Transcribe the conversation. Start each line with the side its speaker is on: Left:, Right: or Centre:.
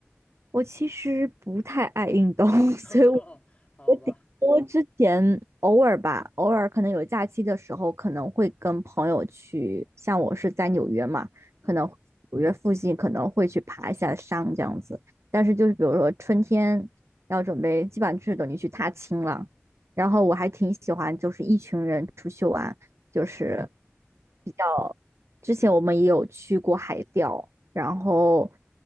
Right: 我其实不太爱运动，<laughs> 所以我
Left: <laughs> 好吧，
Right: 我顶多之前偶尔吧，偶尔可能有假期的时候，可能会跟朋友去，像我是在纽约嘛，可能纽约附近可能会去爬一下山这样子。
Left: 嗯。
Right: 但是就是比如说春天要准备，基本上就是等于去踏青了。然后我还挺喜欢，就是一群人出去玩，就是
Left: 嗯。
Right: 比较。之前我们也有去过海钓，然后